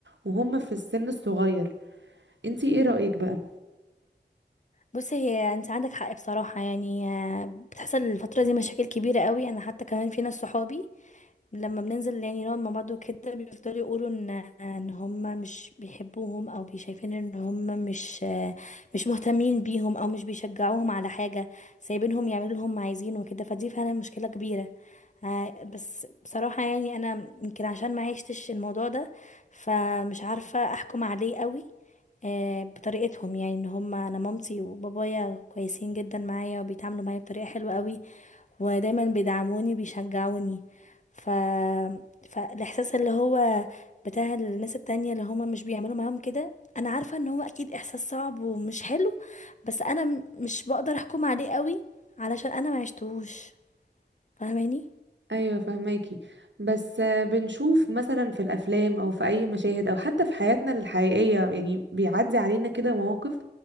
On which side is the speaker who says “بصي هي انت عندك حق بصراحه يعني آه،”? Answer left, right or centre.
Left